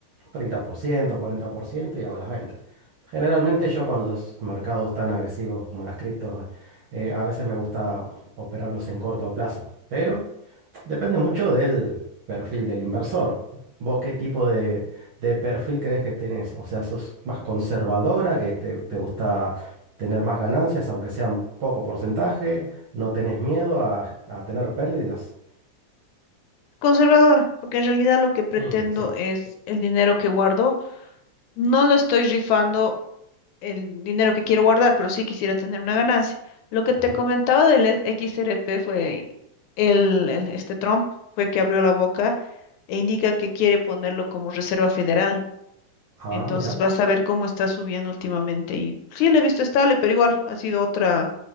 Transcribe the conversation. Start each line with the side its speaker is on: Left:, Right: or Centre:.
Right: treinta por ciento cuarenta por ciento y hago las ventas. Generalmente yo cuando es mercados tan agresivos como las criptos, eh, a veces me gusta operarlos en corto plazo, pero depende mucho del perfil del inversor. ¿Vos qué tipo de, de perfil crees que tenés? O sea, ¿sos más conservadora, que te, te gusta tener más ganancias, aunque sean poco porcentaje? ¿No tenés miedo a, a tener pérdidas?
Left: Conservadora, porque en realidad lo que pretendo
Right: Mm, sí.
Left: es el dinero que guardo. No lo estoy rifando el dinero que quiero guardar, pero sí quisiera tener una ganancia. Lo que
Right: Ujú.
Left: te comentaba del e- XRP fue el, el- este Trump fue que abrió la boca e indica que quiere ponerlo como reserva federal.
Right: Ah,
Left: Entonces
Right: mira.
Left: vas a ver cómo está subiendo últimamente. Y sí, lo he visto estable, pero igual ha sido otra